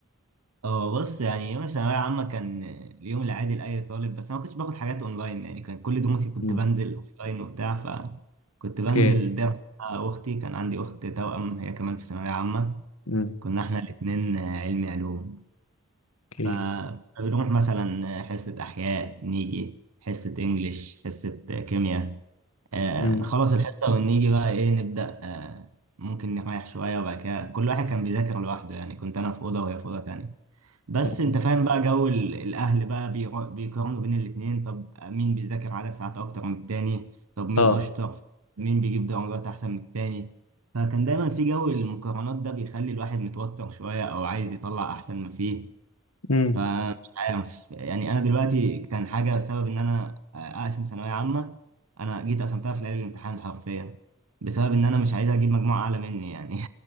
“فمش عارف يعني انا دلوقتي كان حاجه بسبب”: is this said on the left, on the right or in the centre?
Right